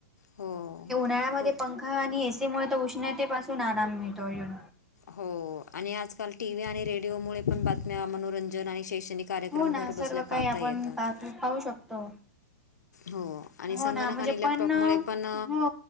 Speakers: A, on the left (about 85°); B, in the centre.
A: हो
B: नळ्यामध्ये
A: खूप
B: पंखा आणि एसी मुळे तर उष्णतेपासून आराम मिळतो येऊन
A: हो आणि आजकाल टीव्ही आणि रेडिओमुळे पण बातम्या मनोरंजन आणि शैक्षणिक कार्यक्रम
B: हो ना
A: घर
B: सर्व
A: बसल्या
B: काही
A: पाहता
B: आपण
A: येतात
B: पाहतो पाहू शकतो
A: हो आणि
B: हो
A: संगणक
B: ना म्हणजे
A: आणि लॅपटॉपमुळे
B: पण
A: पण
B: हो